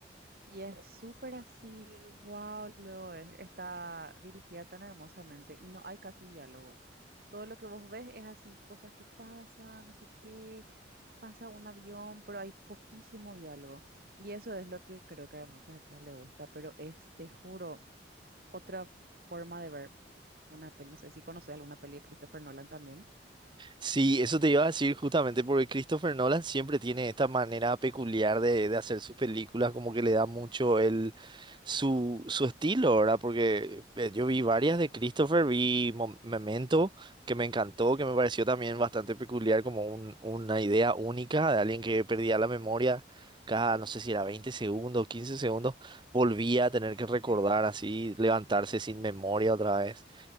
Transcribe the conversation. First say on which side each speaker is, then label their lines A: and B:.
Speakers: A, on the right; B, on the right.
A: Y es súper así, wow, luego es- está dirigida tan hermosamente y no hay casi diálogo. Todo lo que vos ves es así, cosas que pasan, no sé qué, pasa un avión, pero hay poquísimo diálogo. Y eso es lo que creo que a mucha gente no le gusta, pero es, te juro, otra forma de ver una peli. No sé si conoces alguna peli de Christopher Nolan también.
B: Sí, eso te iba a decir justamente porque Christopher Nolan siempre tiene esta manera peculiar de, de hacer sus películas, como que le da mucho el su, su estilo, ¿verdad? Porque eh, yo vi varias de Christopher, vi Mo- Memento, que me encantó, que me pareció también bastante peculiar, como un- una idea única de alguien que perdía la memoria cada, no sé si era 20 segundos, 15 segundos, volvía a tener que recordar
A: Sí,
B: así, levantarse sin memoria otra vez.